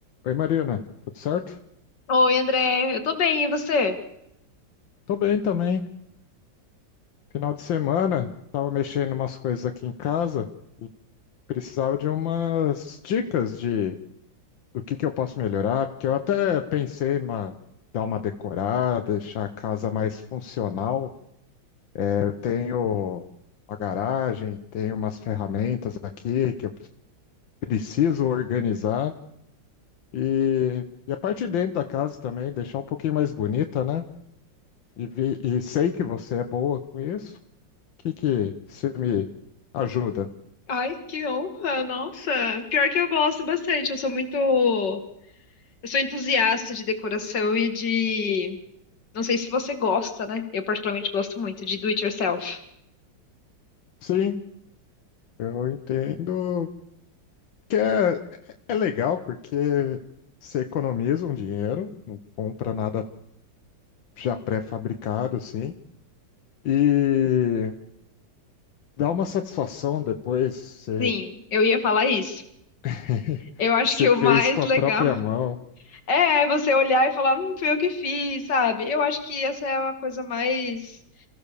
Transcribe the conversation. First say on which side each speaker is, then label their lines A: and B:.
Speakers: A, on the left; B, on the left.
A: Oi, Marina, tudo certo?
B: Oi, André, eu tô bem, e você?
A: Tô bem também. Final de semana, tava mexendo umas coisas aqui em casa e precisava de umas dicas de do que que eu posso melhorar, porque eu até pensei em uma- dar uma decorada, deixar a casa mais funcional. É, eu tenho uma garagem, tenho umas ferramentas aqui que eu preciso organizar e, e a parte de dentro da casa também, deixar um pouquinho mais bonita, né? E, vi- e sei que você é boa com isso. que que você me ajuda?
B: Ai, que honra! Nossa, pior que eu gosto bastante. Eu sou muito, eu sou entusiasta de decoração e de, não sei se você gosta, né? Eu particularmente gosto muito de do it yourself.
A: Sim, eu entendo que é, é legal porque você economiza um dinheiro, não compra nada já pré-fabricado, assim, e dá uma satisfação depois, você,
B: Sim, eu ia falar isso.
A: <laughs>
B: Eu acho
A: você
B: que o
A: fez
B: mais
A: com
B: legal
A: a própria
B: <laughs>
A: mão.
B: é você olhar e falar, hum, fui eu que fiz, sabe? Eu acho que essa é uma coisa mais